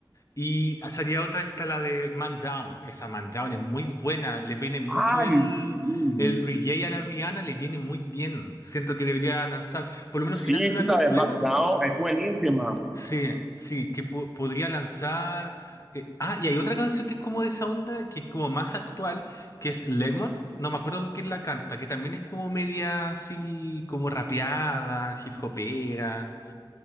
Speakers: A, on the left; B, in the centre.
A: Y salía otra, esta la de Man Down. Esa Man Down es muy buena. Le viene mucho
B: Ay,
A: el,
B: sí,
A: el reggae a la Rihanna, le viene muy bien. Siento que debería lanzar, por lo menos
B: sí,
A: si lanza
B: sí,
A: un álbum
B: la de
A: nuevo,
B: SmackDown es buenísima.
A: Sí, sí, que po- podría lanzar. eh, ah, y hay otra canción que es como de esa onda, que es como más actual, que es Lemon. No me acuerdo con quién la canta, que también es como media así, como rapeada, hip hopera.